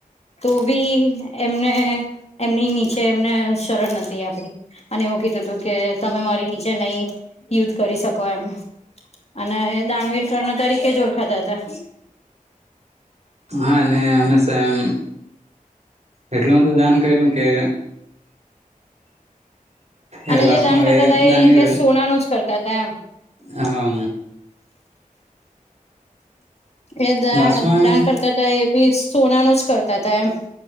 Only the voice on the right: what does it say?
હા ને હમેશા એમ એટલું બધું દાન કયરું કે
એ લાસ્ટમાં
હવે
દાનવીર
હા
લાસ્ટમાં